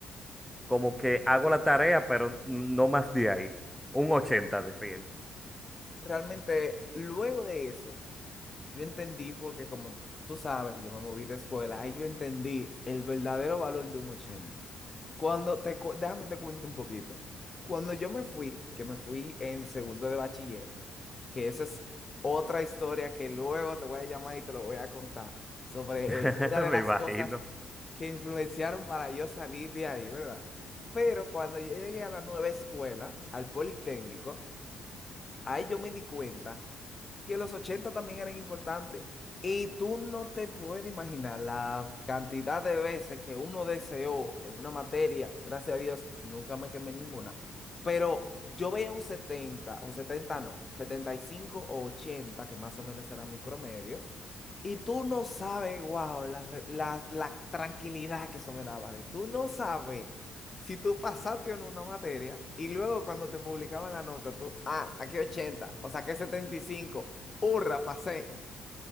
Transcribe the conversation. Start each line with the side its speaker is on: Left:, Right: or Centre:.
Centre: Como
Left: Sí.
Centre: que hago la tarea, pero no más de ahí. Un 80 de 100,
Left: Realmente, luego de eso. Yo entendí porque como tú sabes, yo me moví de escuela, ahí yo entendí el verdadero valor de un ochenta Cuando te, cu- déjame te cuento un poquito. Cuando yo me fui, que me fui en segundo de bachiller, que esa es otra historia que luego te voy a llamar y te lo voy a contar sobre
Centre: <laughs>
Left: eh, una de
Centre: me
Left: las
Centre: imagino.
Left: cosas que influenciaron para yo salir de ahí, ¿verdad? Pero cuando yo llegué a la nueva escuela, al Politécnico, ahí yo me di cuenta que los 80 también eran importantes. Y tú no te puedes imaginar la cantidad de veces que uno deseó en una materia, gracias a Dios, nunca me quemé en ninguna, pero yo veía un 70 o 70 no, 75 o 80 que más o menos era mi promedio, y tú no sabes, wow, la, re- la, la tranquilidad que eso me daba de tú no sabes si tú pasaste en una materia y luego cuando te publicaban la nota, tú, ah, saqué 80 o saqué setenta y cinco hurra, pasé.